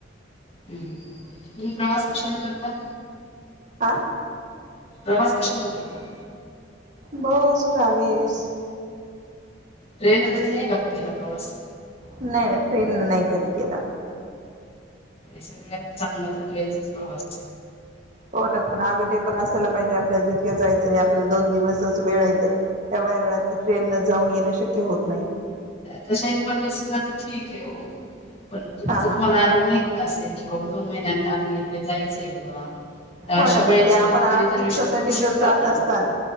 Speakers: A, on the left (about 30°); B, on the right (about 40°).
A: हम्म, तुम्ही प्रवास कशानं करता?
B: आ
A: प्रवास कशान करता?
B: बस, ट्राव्हेस
A: ट्रेन न कधी नाही का केला प्रवास?
B: नाही नाय ट्रेन न नाही कधी केला.
A: सगळ्यात चांगला तर ट्रेनचाच प्रवास
B: हो ना पण अवेलेबल असायला पाहिजे आपल्याला जितक्या जायचंय आपल्याला दोन दिवसच वेळ आहे तर तेवढ्या वेळात ट्रेन न जाऊन येणं शक्य होत नाही.
A: तशा इमर्जन्सीला तर ठीक आहे हो, पण तुमच
B: हा
A: तुम्हाला
B: हा
A: आलं माहिती असेल की बा दोन महिन्यान आपल्याला इकडे जायचं आहे बाबा तर
B: हो
A: अशा
B: ना
A: वेळेस
B: पण ते आपण
A: तर तुम्ही
B: आठ
A: रिझर्वेशन
B: दिवसासाठी
A: करू शकतात
B: जर जात
A: ना
B: असताल